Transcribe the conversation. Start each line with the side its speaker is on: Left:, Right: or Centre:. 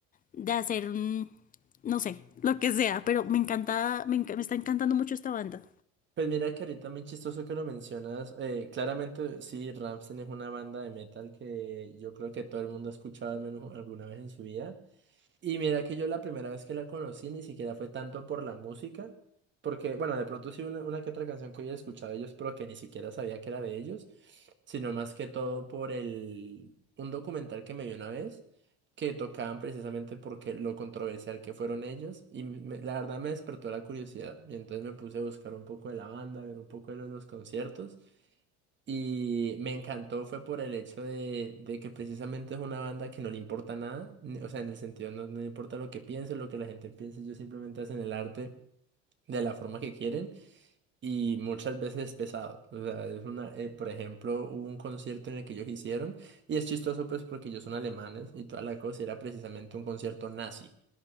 Left: de hacer un, no sé, lo que sea, pero me encanta, me, enca- me está encantando mucho esta banda.
Right: Pues mira que ahorita muy chistoso que lo mencionas. eh, claramente, sí, Rammstein es una banda de metal que yo creo que todo el mundo ha escuchado al menos alguna vez en su vida. Y mira que yo la primera vez que la conocí ni siquiera fue tanto por la música, porque, bueno, de pronto sí una, una que otra canción que había escuchado de ellos, pero que ni siquiera sabía que era de ellos sino más que todo por el un documental que me vi una vez que tocaban precisamente porque lo controversial que fueron ellos y me- la verdad me despertó la curiosidad y entonces me puse a buscar un poco de la banda, ver un poco de lo- de los conciertos y me encantó fue por el hecho de, de que precisamente es una banda que no le importa nada, ni- o sea, en el sentido no, no le importa lo que piense, lo que la gente piense, ellos simplemente hacen el arte de la forma que quieren y muchas veces pesado. O sea, es una, eh, por ejemplo, hubo un concierto en el que ellos hicieron y es chistoso pues porque ellos son alemanes y toda la cosa y era precisamente un concierto nazi.